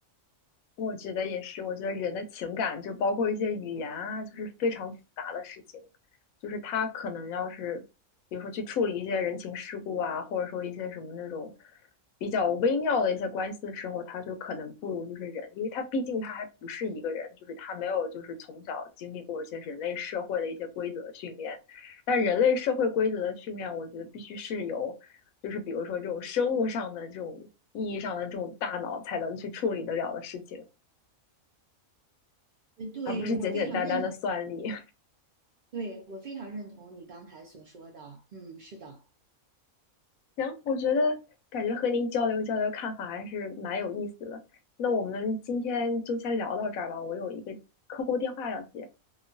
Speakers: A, on the left (about 80°); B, on the right (about 75°).
A: 我觉得也是，我觉得人的情感就包括一些语言啊，就是非常复杂的事情，就是他可能要是，比如说去处理一些人情世故啊，或者说一些什么那种比较微妙的一些关系的时候，他就可能不如就是人，因为他毕竟他还不是一个人，就是他没有就是从小经历过一些人类社会的一些规则的训练，但人类社会规则的训练，我觉得必须是由。就是比如说这种生物上的这种意义上的这种大脑才能去处理得了的事情。
B: 呃，对，
A: 而不是简简单单的算力。
B: 我非常认同，
A: <laughs>
B: 对，我非常认同你刚才所说的。嗯，是的，
A: 行，我觉得感觉和您交流交流看法还是蛮有意思的。那我们今天就先聊到这儿吧，我有一个客户电话要接。